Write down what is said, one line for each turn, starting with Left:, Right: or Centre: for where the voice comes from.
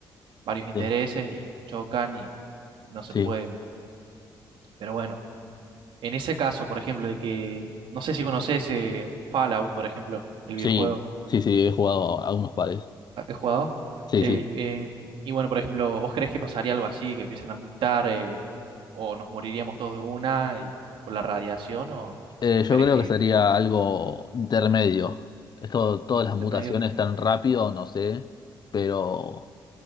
Right: varios intereses
Left: Sí,
Right: y chocan y no se
Left: sí,
Right: puede Pero bueno, en ese caso, por ejemplo, de que, no sé si conoces eh, Fallout, por ejemplo, el videojuego
Left: sí, sí, sí, he jugado a, a unos pares.
Right: has jugado.
Left: Sí,
Right: Eh,
Left: sí.
Right: eh, y bueno, por ejemplo, ¿vos creés que pasaría algo así, que empiezan a mutar eh, o nos moriríamos todos de una y- por la radiación o,
Left: Eh,
Right: o
Left: yo
Right: crees
Left: creo
Right: que
Left: que sería algo intermedio. Esto, todas
Right: intermedio?
Left: las mutaciones tan rápido, no sé, pero